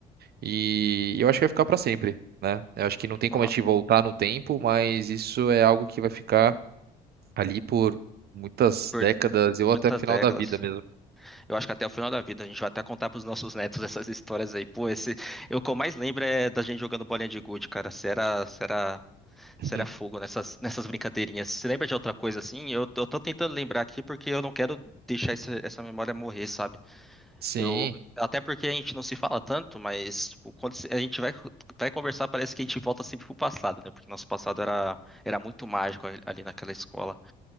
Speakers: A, on the right (about 50°); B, in the centre.
A: E eu acho que vai ficar para sempre, né? Eu acho que não tem
B: Aham.
A: como a gente voltar no tempo, mas isso é algo que vai ficar ali por muitas
B: Por
A: décadas, ou
B: muitas
A: até o final
B: décadas.
A: da vida mesmo.
B: Eu acho que até o final da vida a gente vai até contar pros nossos netos essas histórias aí. Pô, esse, eu, o que eu mais lembro é da gente jogando bolinha de gude, cara. Será, será
A: <laughs>
B: Será fogo nessas, nessas brincadeirinhas. Você lembra de outra coisa assim? Eu, tô- eu tô tentando lembrar aqui porque eu não quero deixar esse- essa memória morrer, sabe?
A: Sim.
B: Eu, até porque a gente não se fala tanto, mas tipo, quando a gente vai, vai conversar, parece que a gente volta sempre pro passado, né? Porque nosso passado era, era muito mágico ali naquela escola.